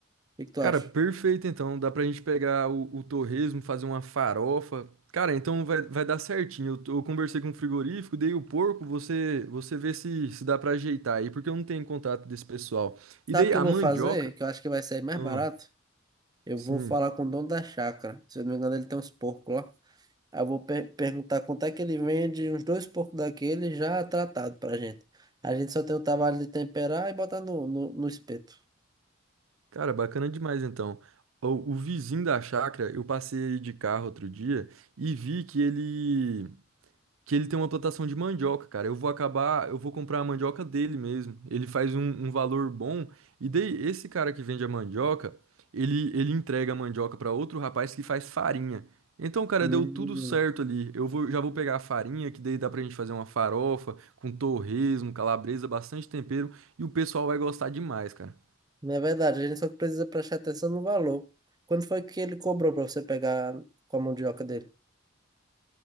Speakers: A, on the right; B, on the right.
A: que que tu
B: Cara,
A: acha?
B: perfeito então. Dá pra gente pegar o, o torresmo, fazer uma farofa. Cara, então vai, vai dar certinho. Eu, tô- eu conversei com o frigorífico, dei o porco, você você vê se, se dá pra ajeitar aí, porque eu não tenho contato desse pessoal.
A: Sabe
B: E daí
A: o que
B: a
A: eu vou
B: mandioca.
A: fazer? Que eu acho que vai sair mais
B: Ah,
A: barato. Eu
B: sim.
A: vou falar com o dono da chácara. Se eu não me engano, ele tem uns porcos lá. Aí eu vou per- perguntar quanto é que ele vende uns dois porcos daquele já tratado pra gente. A gente só tem o trabalho de temperar e botar no, no, no espeto.
B: Cara, bacana demais então. O, o vizinho da chácara, eu passei de carro outro dia e vi que ele que ele tem uma plantação de mandioca, cara. Eu vou acabar, eu vou comprar a mandioca dele mesmo. Ele faz um, um valor bom e daí esse cara que vende a mandioca, ele ele entrega a mandioca para outro rapaz que faz farinha. Então, cara,
A: Hum,
B: deu tudo certo ali. Eu vou, já vou pegar a farinha, que daí dá pra gente fazer uma farofa com torresmo, calabresa, bastante tempero, e o pessoal vai gostar demais, cara.
A: não é verdade, a gente só precisa prestar atenção no valor. Quando foi que ele cobrou para você pegar com a mandioca dele?